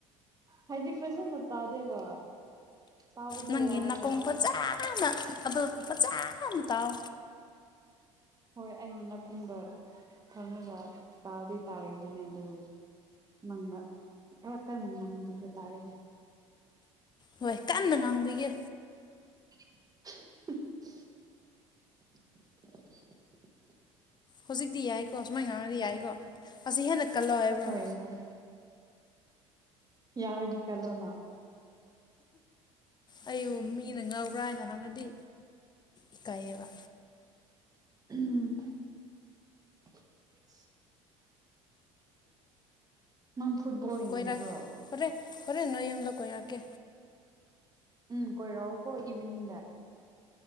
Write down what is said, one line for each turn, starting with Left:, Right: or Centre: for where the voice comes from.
Right: ꯍꯥꯏꯗꯤ ꯐꯖꯅ ꯇꯥꯗꯦꯕ ꯇꯥꯕꯗꯣ
Left: ꯅꯪꯒꯤ
Right: ꯋꯥꯏꯑꯦꯕ
Left: ꯅꯥꯀꯣꯡ ꯐꯖꯅ ꯑꯗꯨ ꯐꯖꯅ ꯇꯥꯎ
Right: ꯍꯣꯏ ꯑꯩꯒꯤ ꯅꯀꯣꯡꯗ ꯊꯥꯝꯃꯒ ꯇꯥꯗꯤ ꯇꯔꯤꯕꯅꯦ ꯑꯗꯣ ꯅꯪꯕ ꯈꯔ ꯀꯟꯅ ꯉꯥꯡꯕꯤꯕ ꯇꯥꯔꯦꯅꯦ
Left: ꯍꯣꯏ ꯀꯥꯟꯅ ꯉꯥꯡꯕꯤꯒꯦ
Right: <inaudible>
Left: ꯍꯧꯖꯤꯛꯇꯤ ꯌꯥꯏꯀꯣ ꯁꯨꯃꯥꯏꯅ ꯉꯥꯡꯅꯗꯤ ꯌꯥꯏꯀꯣ ꯑꯁꯤ ꯍꯦꯟꯅ ꯀꯜꯂꯣ ꯍꯥꯏꯕ꯭ꯔꯣ
Right: ꯌꯥꯢꯌꯦ ꯌꯥꯎꯔꯗꯤ ꯀꯜꯂꯣꯅꯥ
Left: ꯑꯩꯕꯨ ꯃꯤꯅ ꯉꯧꯕ꯭ꯔꯥ ꯍꯥꯏꯅ ꯍꯪꯔꯗꯤ ꯏꯀꯥꯏꯌꯦꯕ
Right: <inaudible> ꯅꯪ ꯐꯨꯠꯕꯣꯜ ꯌꯦꯡꯗꯕ꯭ꯔꯣ
Left: ꯀꯣꯏꯔꯛ ꯍꯣꯔꯦ ꯍꯣꯔꯦꯟ ꯅꯣꯏ ꯌꯨꯝꯗ ꯀꯣꯏꯔꯛꯀꯦ
Right: ꯎꯝ ꯀꯣꯢꯔꯛꯎꯀꯣ ꯏꯚꯤꯅꯤꯡꯗ